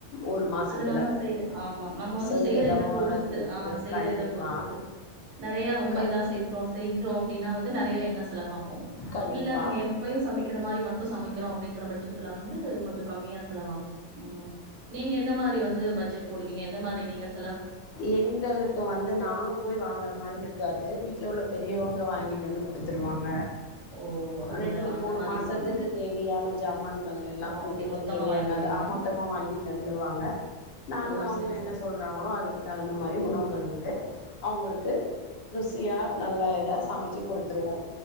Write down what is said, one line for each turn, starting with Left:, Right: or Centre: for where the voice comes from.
Left: ஒரு மாசத்துல
Right: அது நம்ம செய்ற ஆமா நம்ம வந்து
Left: செய்றதமோல
Right: செய்ற இத பொறுத்து
Left: க்கு
Right: ஆ செய்ற
Left: கண்டிப்பா
Right: இத பொறுத்து நெறய ரொம்ப
Left: க
Right: இதா சேத்தோ செயின் செஞ்சுவோ அப்புடின்னா வந்து நெறய என்னஸ் செலவாகு
Left: கண்டிப்பா
Right: இல்ல நம்ம எப்பயு சமைக்கிற மாரி மட் ட்டு சமை க்குறோ அப்புடின்ற பட்சத் துல வந்து கொஞ்ச கம்மியா செலவாகு ம் நீங்க எந்த மாதிரி வந்து பட்ஜெட் போடுவீங்க எந்த மாரி நீங்கஸ்
Left: எங்களுக்கு வந்து நாங்க போய் வாங்குற மாரி இருக் க்காது வீட்ல உள்ள பெரியவங்க வாங்கிட்டு வந்து குடுத்துருவாங்க
Right: ஓ அந்த
Left: ரெண்டு
Right: அந்த
Left: மூணு
Right: மாதிரி
Left: மாசத்துக்கு
Right: இருக்கும்
Left: தேவையான ஜாமான்கள் எல்லா
Right: ஓ அப்டி
Left: வீட்டுக்கு
Right: மொத்தமா
Left: தேவையானத
Right: வாங்கிருவீங்க
Left: அ மொத்தமா வாங்கி தந்துருவாங்க நாங்க
Right: ஓ
Left: அவங்க
Right: சரி சரி
Left: என்ன சொல்றாங்களோ அதுக்கு ந்த மாதிரி உணவுகள் வந்து அவங்குளுக்கு ருசியா
Right: ஓ
Left: நல்ல ஏதா சமச் க்கி கொடுத்துருவோ